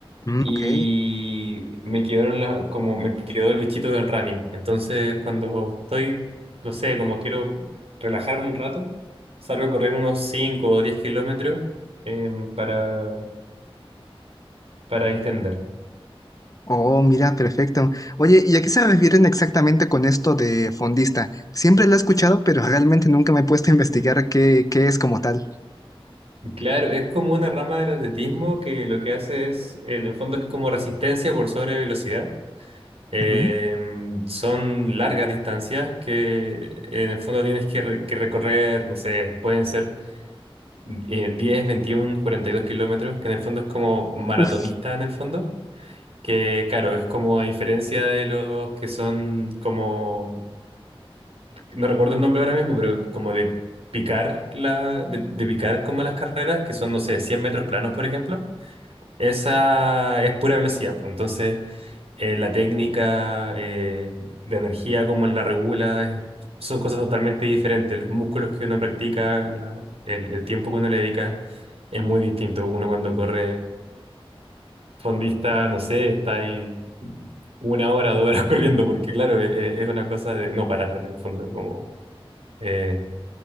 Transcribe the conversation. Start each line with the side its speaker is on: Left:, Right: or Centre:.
Left: Mm,
Right: y
Left: ok.
Right: me quedaron la, como me quedó el bichito del running. Entonces cuando estoy, no sé, como quiero relajarme un rato, salgo a correr unos 5 o 10 kilómetros eh, para, para distender.
Left: Oh, mira, perfecto. Oye, ¿y a qué se refieren exactamente con esto de fondista? Siempre lo he escuchado, pero realmente nunca me he puesto a investigar qué, qué es como tal.
Right: Claro, es como una rama del atletismo que lo que hace es, en el fondo es como resistencia por sobre velocidad. Em,
Left: Ujú.
Right: son largas distancias que en el fondo tienes que, re- que recorrer, no sé, pueden ser eh, diez, veintiuno, cuarenta y dos kilómetros, que en el fondo es como maratonista
Left: Uf,
Right: en el fondo, que claro, es como a diferencia de los que son como, no recuerdo el nombre ahora mismo, pero como de picar la, de, de picar como las carreras, que son, no sé, 100 metros planos, por ejemplo. Esa es pura velocidad, pues. Entonces, eh, la técnica eh, de energía, cómo la regula, es- son cosas totalmente diferentes. Los músculos que uno practica, la- el, el tiempo que uno le dedica, es muy distinto. Uno cuando corre fondista, no sé, está ahí una hora, dos horas <laughs> corriendo, porque claro, e- e- es, una cosa de no parar en el fondo, como eh,